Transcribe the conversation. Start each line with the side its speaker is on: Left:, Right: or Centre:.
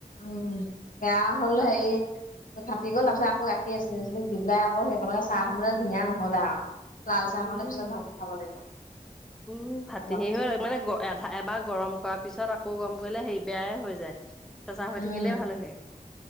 Left: উম, বেয়া হ'ল
Centre: তা
Left: হেৰি ফাটি গল তাৰপিছত আকৌ গাখীৰ আছিলে দি পেলাই আকৌ সেইবকে চাহে ধুনীয়া নহ'লে আৰু লাল
Centre: উম
Left: চাহকনে পিছত ভালক খাব লাগিব।
Centre: উম, ফাটি
Left: অলপ
Centre: সি
Left: পিছত
Centre: হৈ মানেধা এবাৰ গৰম কৰাৰ পিছত আকৌ গৰম কৰিলে হে বেয়াই হৈ যায়। চেচা হৈ
Left: উম
Centre: থাকিলেই ভাল হৈ থাকে।